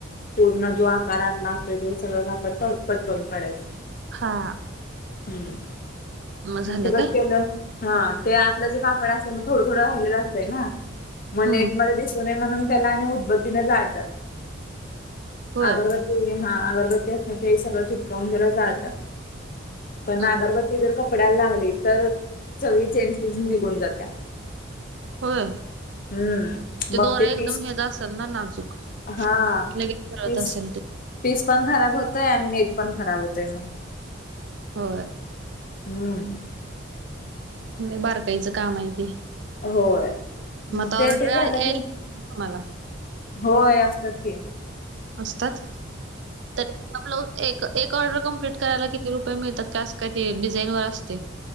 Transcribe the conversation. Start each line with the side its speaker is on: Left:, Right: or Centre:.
Left: पूर्ण जो आकार आतला असतोय तो सगळ कापड कट करून काढायच.
Right: हा
Left: हम्म
Right: झालं
Left: मग ते कट
Right: काय
Left: केल. हा ते आतल जे कापड असते मग थोडं थोडं राहिलेल असतय ना. म
Right: हम्म
Left: मध्ये दिसू नये म्हणून त्याला आणि उद्बतीने जाळतात
Right: होय
Left: अगरब ते हा अगरबत्ती असत ते सगळं चिटकावून त्याला जातात पण
Right: हम्म,
Left: अगरबत्ती जर कपड्याला लागली तर सगळी चेंज निघून जाते
Right: होय
Left: हम्म
Right: ते
Left: मग
Right: दोराच्या एकदम
Left: पीस
Right: असल ना नाजूक
Left: हा
Right: लगेच कळत
Left: पीस
Right: असल ते
Left: पीस पण खराब होतय आणि नेट पण खराब होतय मग
Right: हो
Left: हम्म
Right: म्ह बारकाईचं कामाय ते
Left: होय मग
Right: आता
Left: ते
Right: ऑर्डर
Left: ते झालं
Right: यायला
Left: कि
Right: तुम्हाला
Left: होय असतात ते.
Right: असतात तर आप ऑर्डर कंपलीट करायला किती रुप प मिळतात काय असं का ते डिझाईन वर असते